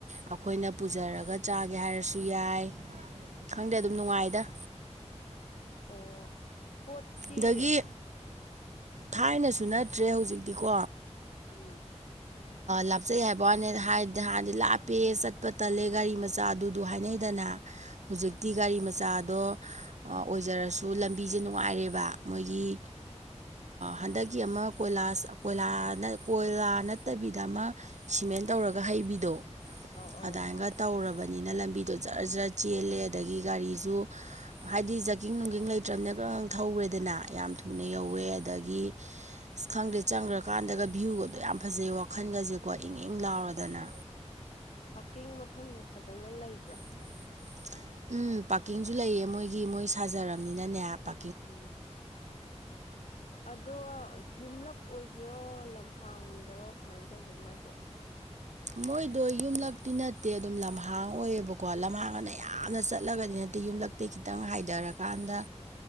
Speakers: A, on the right; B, on the left.
A: ꯑꯩꯈꯣꯏꯅ ꯄꯨꯖꯔꯒ ꯆꯥꯒꯦ ꯍꯥꯏꯔꯁꯨ ꯌꯥꯏ ꯈꯪꯗꯦ ꯑꯗꯨꯝ ꯅꯨꯡꯉꯥꯏꯗ
B: ꯑꯣ ꯄꯣꯠꯇꯤ
A: ꯑꯗꯒꯤ ꯊꯥꯏꯅꯁꯨ ꯅꯠꯇ꯭ꯔꯦ ꯍꯧꯖꯤꯛꯇꯤꯀꯣ
B: ꯎꯝ
A: ꯂꯥꯞꯆꯩ ꯍꯥꯏꯕꯋꯥꯅꯦ ꯍꯥꯟꯗꯤ ꯂꯥꯞꯄꯦ ꯆꯠꯄ ꯇꯜꯂꯦ ꯒꯥꯔꯤ ꯃꯆꯥ ꯑꯗꯨ ꯑꯗꯨ ꯍꯥꯏꯅꯩꯗꯅ ꯍꯧꯖꯤꯛꯇꯤ
B: ꯍꯣꯏ
A: ꯒꯥꯔꯤ ꯃꯆꯥꯗꯣ ꯑꯣꯏꯖꯔꯁꯨ ꯂꯝꯕꯤꯁꯦ ꯅꯨꯡꯉꯥꯏꯔꯦꯕ ꯃꯣꯏꯒꯤ ꯍꯟꯗꯛꯀꯤ ꯑꯃ ꯀꯣꯏꯂꯥꯁ ꯀꯣꯏꯂꯥ ꯀꯣꯏꯂꯥ ꯅꯠꯇꯕꯤꯗ ꯑꯃ ꯁꯤꯃꯦꯟ ꯇꯧꯔꯒ ꯍꯩꯕꯤꯗꯣ
B: ꯑꯧ ꯑꯧ
A: ꯑꯗꯥꯏꯒ ꯇꯧꯔꯕꯅꯤꯅ ꯂꯝꯕꯤꯗꯣ ꯖꯔ ꯖꯔ ꯆꯦꯜꯂꯦ ꯑꯗꯒꯤ ꯒꯥꯔꯤꯁꯨ ꯍꯥꯏꯗꯤ ꯖꯥꯛꯀꯤꯡ ꯅꯨꯡꯒꯤꯡ ꯂꯩꯇ꯭ꯔꯕꯅꯤꯅ ꯈ ꯊꯧꯔꯦꯗꯅ ꯌꯥꯝ ꯊꯨꯅ ꯌꯧꯋꯦ ꯑꯗꯒꯤ ꯑꯁ ꯈꯪꯗꯦ ꯆꯪꯈ꯭ꯔꯀꯥꯟꯗꯒ ꯚ꯭ꯌꯨꯒꯗꯣ ꯌꯥꯝ ꯐꯖꯩ ꯋꯥꯈꯜꯒꯁꯦꯀꯣ ꯏꯪ ꯏꯪ ꯂꯥꯎꯔꯗꯅ
B: ꯄꯥꯔꯀꯤꯡ ꯃꯐꯝ ꯐꯖꯅ ꯂꯩꯕ꯭ꯔꯥ
A: <inaudible> ꯎꯝ ꯄꯥꯔꯀꯤꯡꯁꯨ ꯂꯩꯌꯦ ꯃꯣꯏꯒꯤ ꯃꯣꯏ ꯁꯥꯖꯔꯕꯅꯤꯅꯅꯦ ꯄ
B: ꯎꯝ ꯑꯗꯣ ꯌꯨꯝꯂꯛ ꯑꯣꯏꯕ꯭ꯔꯣ ꯂꯝꯍꯥꯡꯗꯔꯣ ꯀꯃꯥꯏꯅ ꯇꯧꯒꯦ ꯃꯥꯏꯗꯣ
A: ꯃꯣꯏꯗꯣ ꯌꯨꯝꯂꯛꯇꯤ ꯅꯠꯇꯦ ꯑꯗꯨꯝ ꯂꯝꯍꯥꯡ ꯑꯣꯏꯌꯦꯕꯀꯣ ꯂꯝꯍꯥꯡ ꯑꯅ ꯌꯥꯝꯅ ꯆꯠꯂꯒꯗꯤ ꯅꯠꯇꯦ ꯌꯨꯝꯂꯛ ꯑꯇꯩ ꯈꯤꯇꯪ ꯍꯥꯏꯊꯔꯀꯥꯟꯗ